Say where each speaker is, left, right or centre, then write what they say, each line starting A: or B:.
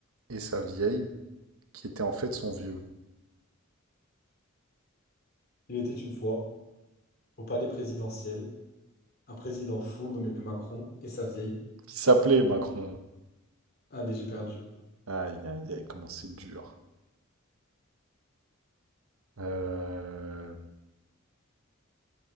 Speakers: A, on the right; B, on the left.
A: et sa vieille qui était en fait son vieux.
B: Il était une fois au palais présidentiel, un président fou nommé Macron et sa vieille.
A: Qui s'appelait Macron.
B: Allez, j'ai perdu.
A: Aïe, aïe, aïe, comment c'est dur. Euh,